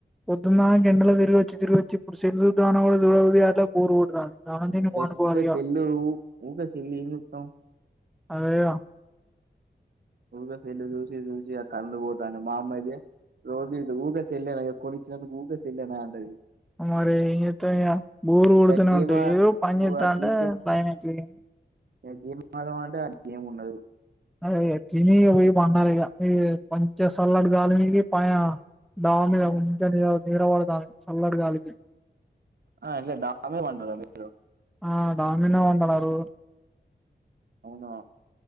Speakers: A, in the centre; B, on the right.
A: పొదున్నా ఇంగ ఎండలో తిరిగోచ్చి తిరోగొచ్చి ఇప్పుడు సెల్లు సూద్దాం అన్న గూడా చూడబుద్ది గట్లే బోర్ కొడుతాంది అన్నం తిని పండుకోవాలి
B: ఏ ఊకే
A: ఇగా
B: సెల్లు ఊకే సెల్లు ఏం చూత్తాం
A: అదేగా
B: ఉరుగ సెల్లు జూసి జూసి ఆ కన్లు పోతన్నాయ్ మా అమ్మ అయితే రోజూ ఇగా సెల్లేనా ఇగ కొనిచ్చినందుకు ఊకే సెల్లేనా అంటది
A: మరి ఎంజేత్తమ్ ఇగా బోర్
B: ఇగ
A: కొడుతూనే
B: గేమ్
A: ఉంటది.
B: ఆ
A: ఏదో పనిజేత్తంటే
B: ఆ గేమ్
A: టైం అయితది.
B: గేమ్ ఆడదాం అంటే ఆ గేమ్ ఉండదు.
A: అ తిని ఇగా పోయి పండాలీ ఇగ ఈ కొంచ సల్లడి గాలి పైన దా మీద ఇంకా నిద్రవడతాంది చల్లగాలికి
B: ఆ అట్లే డా మీ పంటారా మీరు
A: ఆ దాని మీదనే పంటనారు
B: అవునా